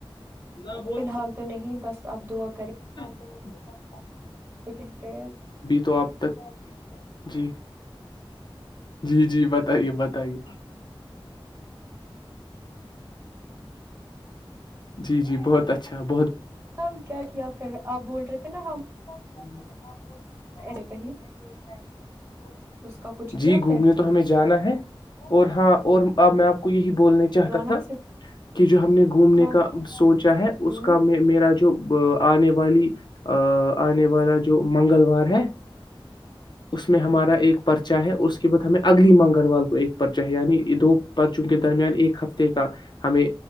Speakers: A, on the left (about 50°); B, on the right (about 25°).
A: نہ بول
B: فی الحال تو نہیں بس اپ دعا کریں
A: ب
B: کہتے
A: تو آپ تک جی جی جی بتائیے بت تائی جی جی بہت اچھا اچھا
B: اب کیا کیا پھر آپ بول رہے تھے نا ہم
A: <unintelligible> <unintelligible>
B: ایسے کہی اس کا کچھ کیا
A: جی گھومنے
B: پھر
A: تو ہمیں جانا ہے اور ہاں اور میں آپ کو یہی بولنا چاہتا
B: رونق
A: تھا
B: سے
A: کہ جو ہم نے گھومنے
B: بات
A: کا
B: کی
A: سوچا ہے
B: ہوں
A: اس کا میں میرا جو آنے والی آ آنے والا جو منگلوار ہے اس میں ہمارا ایک پرچا ہے اس کے بعد ہمیں اگلی منگلوار کو ایک پرچا ہے یعنی دو پرچوں کے درمیان ایک ہفتے کا ہمیں